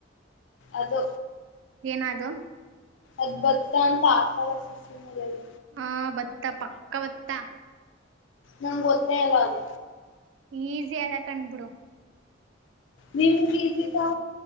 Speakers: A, on the left; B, on the right.
A: ಅದು
B: ಏನದು?
A: ಅದ್ ಬತ್ತ ಅಂತ್ ಆಕಳ ಸುಸು ಮಾಡ್ಯಾಳ್
B: ಹ ಭತ್ತಾ ಪಕ್ಕಾ ಭತ್ತ.
A: ನಮ್ಗ್ ಗೊತ್ತೇ ಇಲ್ಲ ಅದು
B: ಈಸಿ ಅದೆ ಕಣ್ಬಿಡು.
A: ನಿಮ್ಗ್ ಈಸಿ ಪ